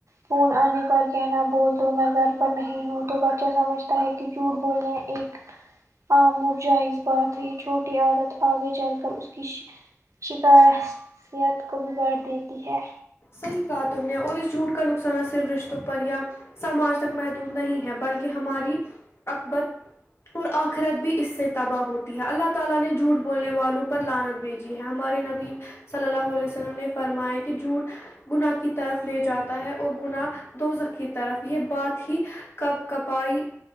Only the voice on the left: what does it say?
صحیح کہا تم نے اور اس جھوٹ کا نقصانہ صرف رشتوں پر یا سماج تک محدود نہیں ہے بلکہ ہماری اکبت اور آخرت بھی اس سے تباہ ہوتی ہے اللہ تعالی نے جھوٹ بولنے والوں پر لانت بھیج جی ہاں ہمارے نبی صلی اللہ علیہ وسلم نے فرمایا کہ جھوٹ گناہ کی طرف لے جاتا ہے اور گناہ دوزخ کی طرف یہ بات ہی کپ کپائی